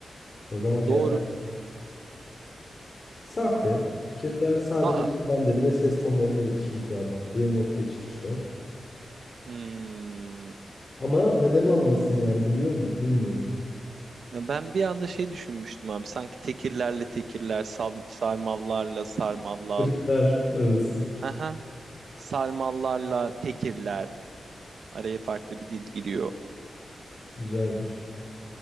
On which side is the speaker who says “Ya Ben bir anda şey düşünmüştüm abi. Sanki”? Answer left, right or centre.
Right